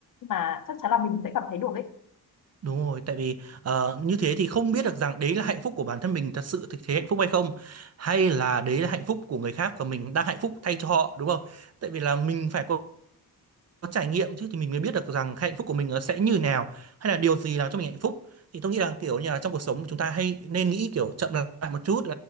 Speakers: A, on the left; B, on the right.
A: mà chắc chắn là mình sẽ cảm thấy được ấy
B: đúng rồi tại vì ờ, như thế thì không biết được rằng đấy là hạnh phúc của bản thân mình thật sự thực thế hạnh phúc hay không hay là đấy là hạnh phúc của người khác và mình đang hạnh phúc thay cho họ đúng không tại vì là mình phải có có trải nghiệm chứ thì mình mới biết được rằng hạnh phúc của mình nó sẽ như nào hay là điều gì làm cho mình hạnh phúc thì tôi nghĩ là kiểu như là trong cuộc sống chúng ta hay nên nghĩ kiểu chậm lại một chút